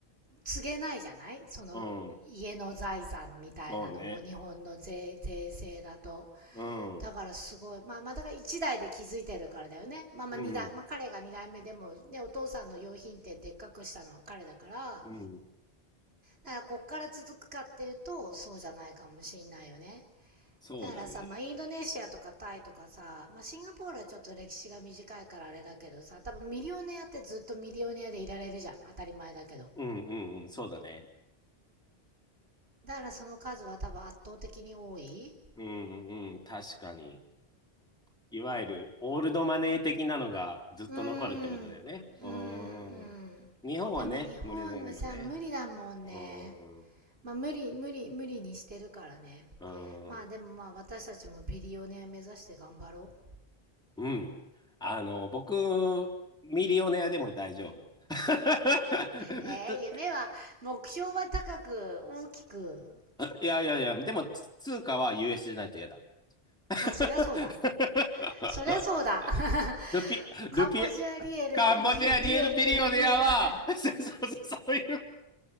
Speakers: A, on the right (about 70°); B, in the centre.
A: 告げないじゃないその家の財産みたいなのを日本の税、
B: うん、そうね。
A: 税制だと。
B: うん、
A: だからすごい。
B: う
A: まあまあだから1代で気づいてるからだよね。まあまあ2代、
B: ん、
A: まあ彼が2代目でもね、お父さんの用品店でっかくしたのは彼だから、
B: うん。
A: だからこっから続くかっていうとそうじゃないかもしんないよね。
B: そうだね。
A: だからさ、まあ、インドネシアとかタイとかさ、まあ、シンガポールはちょっと歴史が短いからあれだけどさ、多分ミリオネアってずっとミリオネアでいられるじゃん。当たり前だけど。
B: うん、うん、うん、そうだね。
A: だからその数は多分圧倒的に多い。
B: うん、うん、確かに。いわゆる、オールドマネー的なのがずっと残るってことだよね。
A: うーん、うーん、
B: う
A: うん。
B: ん。日本はね、
A: でも日本はさ、
B: 無理だねもね。
A: 無理だもんね。
B: うーん、う
A: まあ無理、無理、無理にしてるからね。
B: ーん、
A: まあでもまあ私たちもビリオネア目指して頑張ろう。
B: うん。あの、僕、ミリオネアでも大丈夫。<laughs>
A: ええ夢は、
B: と
A: 目標は高く、大きく。
B: いやいやいや、でも、つ通貨は US じゃないと嫌だ。<laughs>
A: あ、そりゃそうだ。そりゃそうだ。<laughs>
B: ルピ、
A: もうカンボジアリエル、
B: ルピ、カンボジアリエルビリオネアは、
A: リリエルとリエルとか。
B: <laughs> そうそうそうそういう、